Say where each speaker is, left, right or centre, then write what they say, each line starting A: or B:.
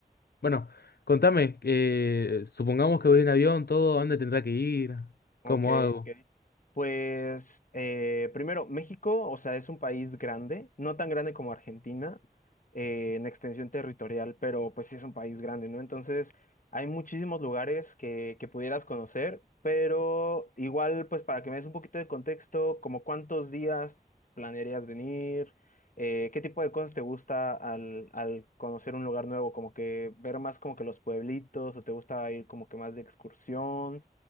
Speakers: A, on the left; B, on the left.
A: Bueno, contame, eh, supongamos que voy en avión, todo, ¿a ¿dónde tendrá que ir?
B: Ok,
A: ¿Cómo hago?
B: ok. Pues eh, primero, México, o sea, es un país grande, no tan grande como Argentina eh, en extensión territorial, pero pues sí es un país grande, ¿no? Entonces, hay muchísimos lugares que, que pudieras conocer, pero igual, pues para que me des un poquito de contexto, como cuántos días planearías venir, Eh, qué tipo de cosas te gusta al, al conocer un lugar nuevo, como que ver más como que los pueblitos, o te gusta ir como que más de excursión